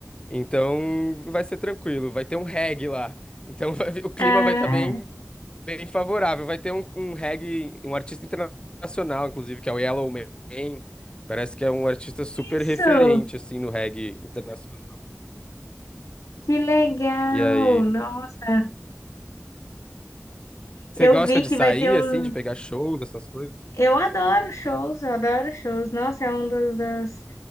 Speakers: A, on the left (about 20°); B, on the left (about 75°).
A: Então vai ser tranquilo, vai ter um reggae lá. Então <laughs> o clima
B: ah,
A: vai estar bem, bem favorável. Vai ter um, um reggae, um artista internacional, inclusive, que é o Yellow Man. Parece que é um artista super
B: isso!
A: referente, assim, no reggae internacional.
B: Que legal!
A: E aí?
B: Nossa,
A: Você
B: eu
A: gosta
B: vi
A: de
B: que
A: sair,
B: vai ter um.
A: assim, de pegar shows, essas coisas?
B: Eu adoro shows, eu adoro shows. Nossa, é um dos, das